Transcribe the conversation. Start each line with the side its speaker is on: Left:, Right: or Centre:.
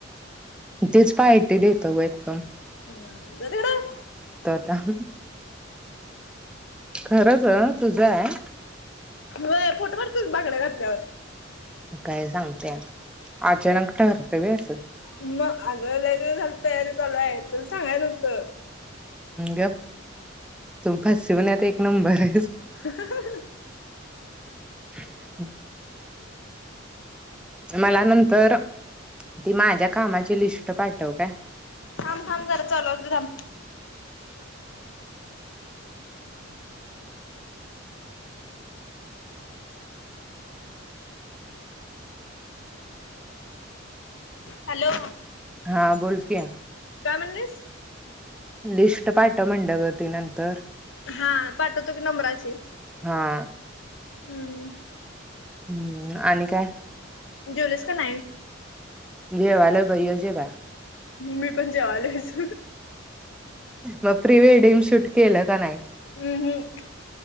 Centre: तीच पार्टी देतो बाई एकदम
Left: हम्म जा तिकडं.
Centre: राह खरंच अ तुझं हाय.
Left: व्हय फोटो पाठवतो की, बांगड्या घातल्यावर
Centre: काय सांगतिया? अचानक ठरतंय व्हय असं.
Left: मग अगं लई झाल तयारी चालू आहे, तु सांगाय नव्हतं
Centre: गप तू फसवण्यात एक नंबर आहेस.
Left: हा हा.
Centre: हम. मला नंतर ती माझ्या कामाची लिस्ट पाठव काय
Left: थांब थांब जरा चालू असते थांब हॅलो?
Centre: हा बोलकी
Left: काय म्हणलीस?
Centre: लिस्ट पाठ म्हंटलग नंतर.
Left: हा पाठवतो की नंबराची हम्म.
Centre: हा हम्म आणि काय?
Left: जेवलीस का नाहीस?
Centre: जेवायला ये जेवायला
Left: मी पण जेवायलेयच
Centre: मग प्री वेडिंग शूट केलं का नाही?
Left: हम्म हम्म.